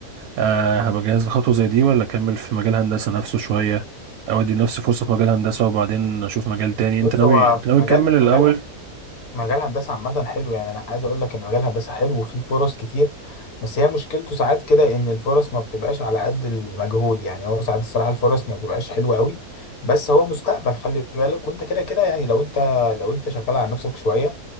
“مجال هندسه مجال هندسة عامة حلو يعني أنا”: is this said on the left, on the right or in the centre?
Left